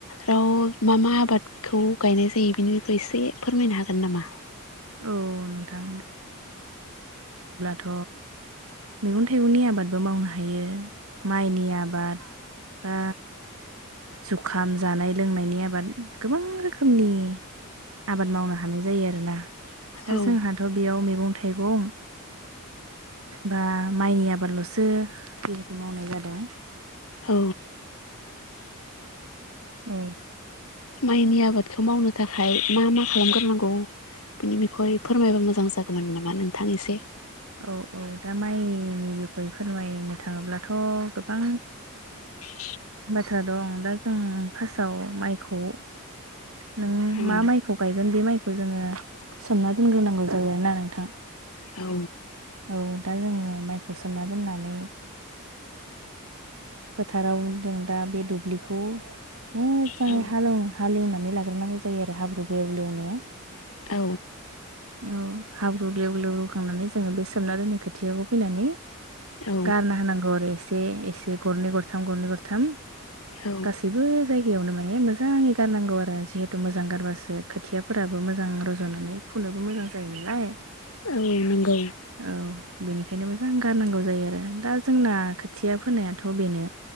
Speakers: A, on the left (about 80°); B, on the right (about 75°).
A: राव मा मा आबादखौ गायनाय जायो बेनि एसे फोरमायनो हागोन नामा?
B: औ नोंथां थ मैगं-थाइगंनि आबादबो मावनो हायो माइनि आबाद बा जुखाम जानाय लोंनायनि आबाद गोबां रो खोमनि आबाद मावनो हानाय जायो आरोना दा
A: औ
B: जोंहाथ' बेयाव मेगं थाइगं बा माइनि आ बादल'सो जिहेथु मावनाय जादों
A: औ
B: उ
A: माइनि आबादखौ मावनो थाखाय मा मा खालामगोरनांगौ? बिनि बिखय फोरमायबा मोजां जागौमोन नामा नोंथां एसे।
B: औ-औ दा माइनि बिखय फोरमायनो थाङोब्लाथ' गोबां
A: <inaudible>
B: बाथ्रा दं दा जों फासआव माइखौ नों
A: औ
B: मा माइखौ गायगोन बे माइखौ जोङो सोमना दोनग्रोनांगौ जायो आरोना नोंथां
A: औ।
B: औ दा जोङो माइखौ सोमना दोननानै फोथाराव दों दा बे दुब्लिखौ मोजाङै
A: औ
B: हालेव हालेवना नै लाग्रोनांगौ जायो आरो हाब्रु ग्लेव-ग्लेवनो
A: औ
B: औ हाब्रु ग्लेव- ग्लेव होखांनानै जोङो बेसे सोमना दोननाय खोथियाखौ फैनानै
A: औ
B: गारना होनांगौ आरो एसे-एसे। गरनै गरथाम गरनै गरथाम
A: औ
B: गासैबो जायगायावनो माने मोजाङै गारनांगौ आरो जिहेतु मोजां गारबासो खोथियाफोराबो मोजां रज'नानै फुनोबो मोजां जायो <inaudible>
A: औ नंगौ।
B: औ बेनिखायनो मोजां गारनांगौ जायो आरो दा जोंना खोथिया फोनायाथ' बेनो।